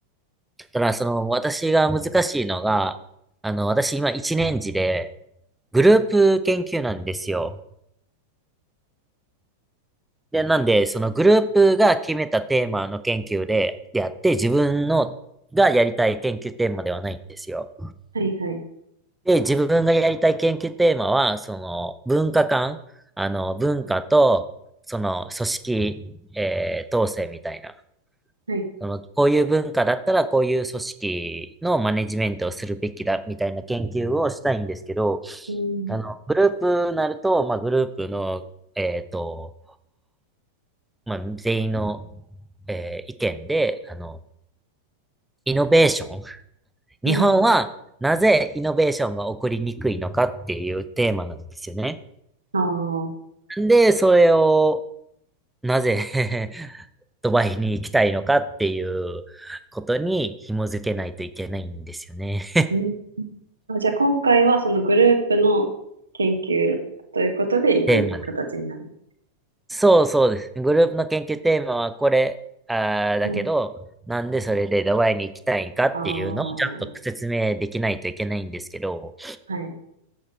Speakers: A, in the centre; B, on the right.
A: ただから、その、私が難しいのが、あの、私今一年次で、グループ研究なんですよ。で、なんで、そのグループが決めたテーマの研究で、やって、自分の、がやりたい研究テーマではないんですよ。
B: はい、はい、
A: で、自分がやりたい研究テーマは、その、文化間、あの、文化と、その、組織、えー統制みたいな。
B: はい。
A: その、こういう文化だったら、こういう組織のマネジメントをするべきだ、みたいな研究をしたいんですけど、
B: うん、
A: あの、グループになると、まあ、グループの、えっと、まあ、全員の、えー意見で、あの、イノベーション。<laughs>
B: うん、
A: 日本はなぜイノベーションが起こりにくいのかっていうテーマなんですよね。
B: うん。ああ、
A: で、それを、なぜ <laughs> ドバイに行きたいのかっていうことに紐づけないといけないんですよね。
B: うん。あ、じゃあ今回はそのグループの研究ということで行く形になる。
A: テーマね。そうそうです。グループの研究テーマはこれ、あーだけど、
B: はい。
A: なんでそれでドバイに行きたいんかっていうのをちゃんと説明できないといけないんですけど、
B: ああ、はい。